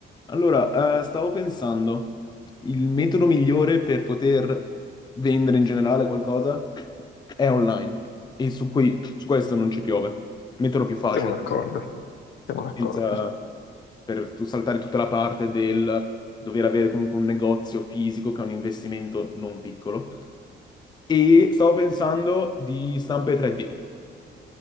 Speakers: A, on the left; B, on the left.
A: Allora, eh, stavo pensando, il metodo migliore per poter vendere in generale qualcosa è online e su, qui, su questo non ci piove. Metodo più facile,
B: Siamo d'accordo, siamo d'accordo.
A: senza, per tu saltare tutta la parte del dover avere comunque un negozio fisico che è un investimento non piccolo. E stavo pensando di stampe 3D,